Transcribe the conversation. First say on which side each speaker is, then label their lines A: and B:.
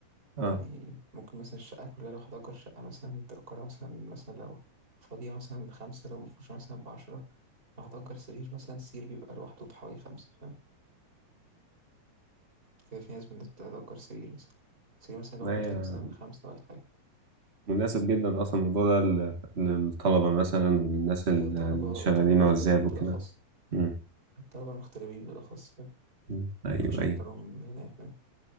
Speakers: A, on the right (about 55°); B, on the right (about 25°).
A: اه
B: يعني ممكن مثلا الشقة كلها لو هتأجر شقة مثلا تأجرها مثلا مثلا لو فاضية مثلا بخمسة لو مفروشة مثلا بعشرة لو هتأجر سرير مثلا السرير بيبقى لوحده بحوالي خمسة فاهم كده في ناس بالناس بتأجر سرير مثلا سرير مثلا لوحده
A: امم
B: تلاقيه مثلا بخمسة ولا حاجة
A: مناسب جدا اصلا الموضوع ده لل- للطلبة مثلا وللناس ال-
B: أيوة طلبة
A: اللي
B: وطلبة
A: شغالين
B: المغتربين
A: عزاب وكده
B: بالأخص
A: مم.
B: الطلبة المغتربين بالأخص فاهم
A: مم. ايوه
B: مفيش
A: ايوه
B: أكتر من هنا فاهم